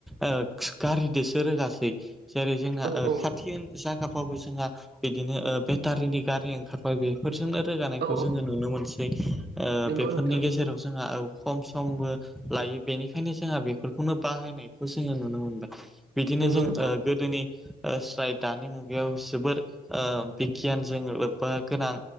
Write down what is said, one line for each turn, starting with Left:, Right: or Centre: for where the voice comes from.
Centre: ओ गारिजोंसो रोगासै जेरै जोंना
Right: औ औ
Centre: खाथि जा <unintelligible> बिदिनो ओ बेटारिनि गारि ओंखारबाय बेफोरजोंनो रोगानायखौ
Right: औ
Centre: जोङो
Right: औ
Centre: नुनो मोनसै
Right: नंगौ
Centre: बेफोरनि
Right: नोंथां
Centre: गेजेराव जोंहा खम समबो लायो बेनिखायनो जोंहा बेफोरखौनो बाहायनायखौ जोङो नुनो मोनदों। बिदिनो
Right: नंगौ
Centre: जों ओ
Right: नंगौ
Centre: गोदोनि ओ स्राय दानि मुगायाव जोबोर ओ बिगियानजों लोब्बा गोनां